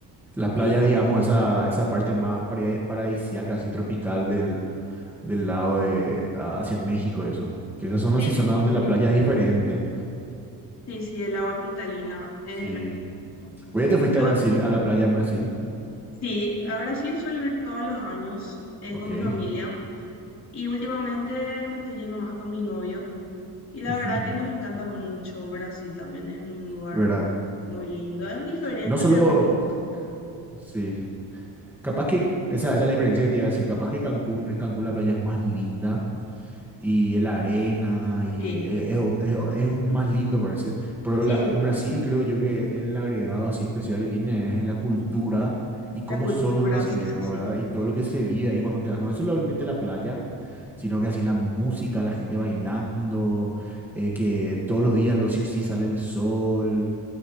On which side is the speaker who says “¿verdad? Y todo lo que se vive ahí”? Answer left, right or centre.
Centre